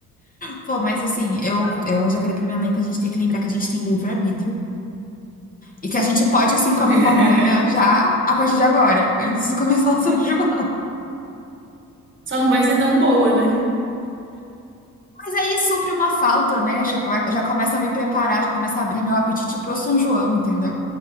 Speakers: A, on the left; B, on the right.
A: Pô, mas assim, eu, eu já falei pra minha mãe que a gente tem que lembrar que a gente tem livre-arbítrio e que a gente pode, assim,
B: <laughs>
A: comer pamonha já a partir de agora, antes de <laughs> começar o São João.
B: Só não vai ser tão boa, né?
A: Mas aí supre uma falta, né? Já, come, já começa a me preparar, já começa a abrir meu apetite pro São João, entendeu?